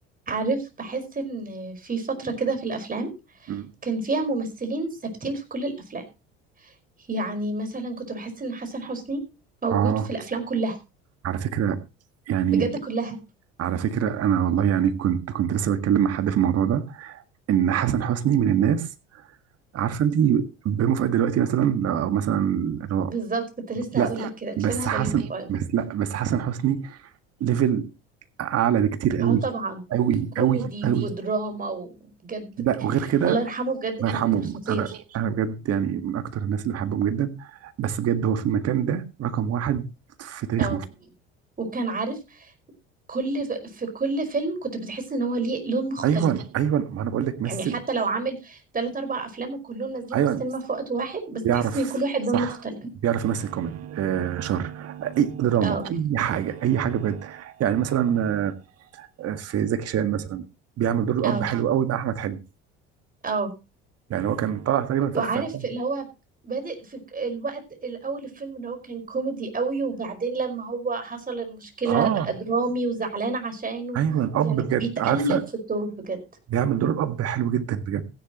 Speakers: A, on the right; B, on the right.
A: عارف بحس ان في فترة كده في الافلام
B: مم.
A: كان فيها ممثلين ثابتين في كل الافلام يعني مثلا كنت بحس ان حسن حسني موجود
B: اه
A: في الافلام كلها
B: على فكرة يعني
A: بجد كلها
B: على فكرة أنا والله يعني كنت كنت لسه بتكلم مع حد في الموضوع ده إن حسن حسني من الناس عارفة أنت بيومه في قد دلوقتي مثلا لا، أو مثلا اللي هو
A: بالظبط كنت لسه
B: لا
A: هقول
B: كنت
A: لك كده شبه
B: بس
A: بيومي
B: حسن
A: فؤاد
B: بس لا بس حسن حسني ليفل أعلى بكتير
A: اه
B: أوي
A: طبعا
B: أوي
A: كوميدي
B: أوي أوي
A: ودراما وبجد
B: لا
A: ك-
B: وغير كده
A: الله
B: الله
A: يرحمه بجد كان
B: بجد يرحمه
A: خطير
B: أنا أنا بجد يعني من أكتر الناس اللي بحبهم جدا بس بجد هو في المكان ده رقم واحد في تاريخ
A: اه
B: مصر
A: وكان عارف كل في كل فيلم كنت بتحس ان هو ليه لون مختلف
B: أيوه أيوه ما أنا بقول لك مثل
A: يعني حتى لو عامل تلات أربع أفلام وكلهم نازلين
B: ايوه
A: في السينما في وقت واحد بس
B: بيعرف
A: تحس إن كل واحد
B: صح
A: لون مختلف
B: بيعرف يمثل كوميدي آه شر اي دراما
A: اه
B: اي حاجه اي حاجه بجد يعني مثلا آه، في زكي شان مثلا بيعمل دور الاب
A: اه
B: حلو اه قوي مع احمد حلمي
A: اه
B: يعني هو كان طالع تقريبا في
A: وعارف
B: في- كده
A: اللي هو بادئ في ك- الوقت الأول الفيلم اللي هو كان كوميدي قوي وبعدين لما هو حصل المشكلة
B: اه
A: بقى درامي وزعلان عشانه
B: ايوه الاب
A: يعني
B: بجد
A: بيتقلب
B: عارفه
A: في الدور بجد
B: بيعمل دور الاب حلو جدا بجد